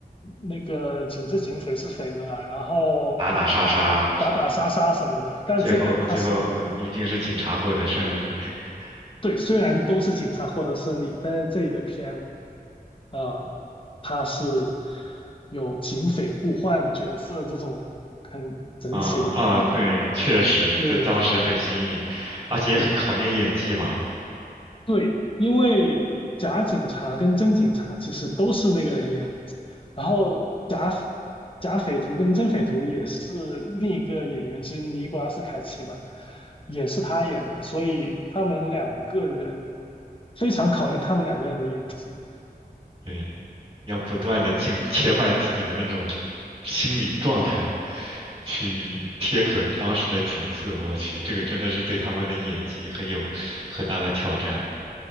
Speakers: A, on the left (about 35°); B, on the right (about 25°).
A: 那个警是警，匪是匪嘛，然后呃打打杀杀什么的。
B: 打打杀杀，
A: 但这个它是
B: 最后最后一定是警察获得胜利。<laughs>
A: 对，虽然都是警察获得胜利，但是这一个片。啊，他是有警匪互换角色这种很整体的，
B: 啊啊，对，确实，
A: 对
B: 这当时很新颖，
A: <laughs>
B: 而且也很考验演技吧。
A: 对对，因为假警察跟真警察其实都是那个人演的然后假假匪徒跟真匪徒也是另一个演员，其实尼古拉斯凯奇嘛，也是他演的，所以他们两个人非常考验他们两个人的演技。
B: 对，要不断的进入切换自己的那种心理状态，去贴合当时的角色。我去，这个真的是对他们的演技很有很大的挑战啊！